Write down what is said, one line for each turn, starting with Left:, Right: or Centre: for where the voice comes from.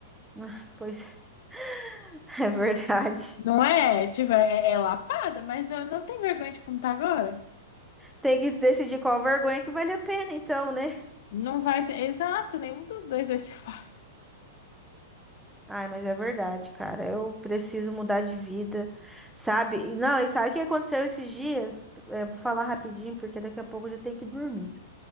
Centre: Ah, Pois <laughs> é verdade.
Left: Não é, tipo, é, é lapada, mas eu não tenho vergonha de como tá agora.
Centre: Tem que decidir qual vergonha que vale a pena, então, né?
Left: Não vai ser, exato, nenhum dos dois vai ser <laughs> fácil.
Centre: Ai, mas é verdade, cara. Eu preciso mudar de vida, sabe? E Não, e sabe o que aconteceu esses dias? É, vou falar rapidinho, porque daqui a pouco eu já tenho que dormir.